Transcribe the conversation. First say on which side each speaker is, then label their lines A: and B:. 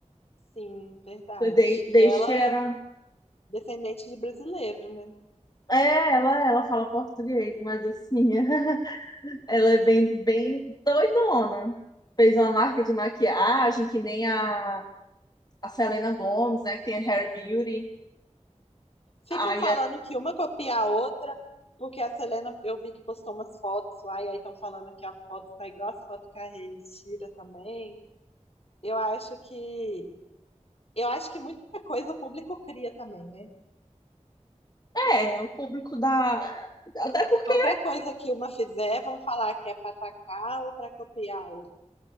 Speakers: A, on the left; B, on the left.
A: Sim, verdade.
B: de-
A: E
B: desde
A: ela
B: que ele
A: é
B: era
A: descendente de brasileiro, né?
B: É, ela, ela fala português, mas assim, <laughs> ela é bem, bem doidona. Fez uma marca de maquiagem que nem a, a Selena Gomez, né? Que tem a Hair Beauty.
A: Ficam
B: Aí
A: falando que uma copia a outra, porque a Selena, eu vi que postou umas fotos lá, e aí estão falando que a foto tá igual as fotos que a Hailey tira também. Eu acho que. Eu acho que muita coisa o público cria também, né?
B: é, é, o público da. Até porque
A: Qualquer coisa que uma fizer, vão falar que é para atacar ou para copiar a outra.